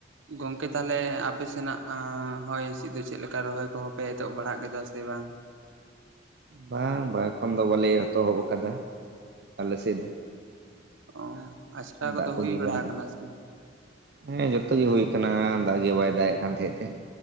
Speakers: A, on the right; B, on the right.
A: ᱜᱚᱝᱠᱮ ᱛᱟᱦᱚᱞᱮ ᱟᱯᱮ ᱥᱮᱱᱟᱜ ᱦᱚᱭ ᱦᱤᱸᱥᱤᱫ ᱫᱚ ᱪᱮᱫ ᱞᱮᱠᱟ ᱨᱚᱦᱚᱭ ᱠᱚᱦᱚᱸ ᱯᱮ ᱮᱛᱚᱦᱚᱵ ᱵᱟᱲᱟᱦᱟᱜ ᱠᱮᱫᱟ ᱥᱮ ᱵᱟᱝ?
B: ᱵᱟᱝ ᱵᱟᱝ ᱮᱠᱷᱚᱱ ᱫᱚ ᱵᱟᱞᱮ ᱮᱛᱚᱦᱚᱵ ᱟᱠᱟᱫᱟ ᱟᱞᱮ ᱥᱮᱫ ᱫᱚ
A: ᱚ ᱟᱪᱷᱲᱟ ᱠᱚᱫᱚ
B: ᱫᱟᱜ ᱠᱚᱜᱮ
A: ᱦᱩᱭ ᱵᱟᱲᱟ
B: ᱵᱟᱹᱱᱩᱜ
A: ᱟᱠᱟᱱᱟ
B: ᱟᱠᱟᱫᱟ᱾
A: ᱥᱮ ᱵᱟᱝ?
B: ᱦᱮᱸ ᱡᱚᱛᱚ ᱜᱮ ᱦᱩᱭ ᱠᱟᱱᱟ ᱫᱟᱜ ᱜᱮ ᱵᱟᱭ ᱫᱟᱜ ᱮᱫ ᱠᱟᱱ ᱛᱟᱦᱮᱸᱫ ᱛᱮ᱾